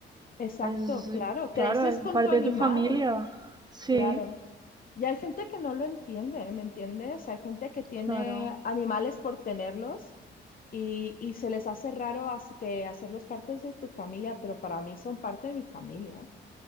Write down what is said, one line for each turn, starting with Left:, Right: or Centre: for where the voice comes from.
Left: Exacto,
Right: Es,
Left: claro.
Right: claro,
Left: Creces
Right: es
Left: con
Right: parte
Left: tu animal,
Right: de tu familia. Sí,
Left: claro. Y hay gente que no lo entiende, ¿me entiendes? Hay gente que tiene
Right: claro.
Left: animales por tenerlos y, y se les hace raro as- que hacerlos partes de tu familia, pero para mí son parte de mi familia.